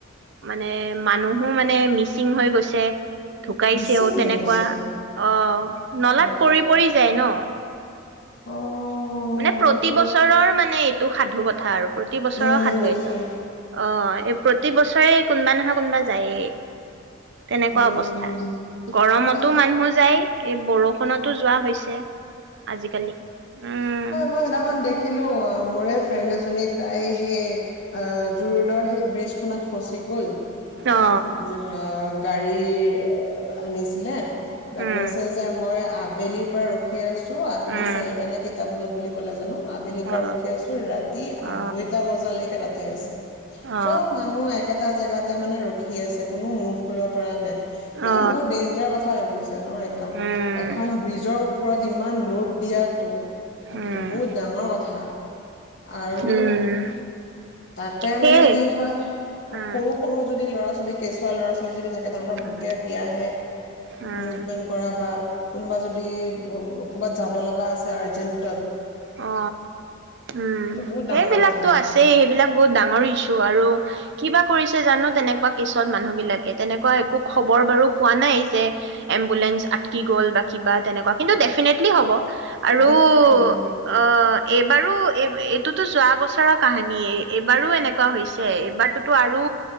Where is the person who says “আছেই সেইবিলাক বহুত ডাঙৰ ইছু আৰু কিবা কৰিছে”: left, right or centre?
Right